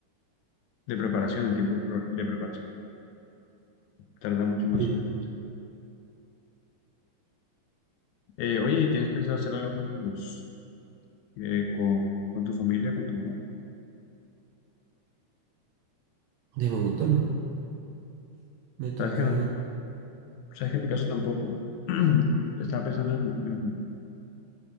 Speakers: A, on the left (about 80°); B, on the right (about 80°).
A: de preparación, en tiempo pro- de preparación, tarda mucho más,
B: Sí,
A: obviamente. Eh, oye, ¿y ¿tienes pensado hacer algo con tus, eh, con, con tu familia, con tu mamá?
B: de momento no. Me toca
A: ¿Sabes que, sabes que en mi caso tampoco? <clears throat> Estaba pensando en, en-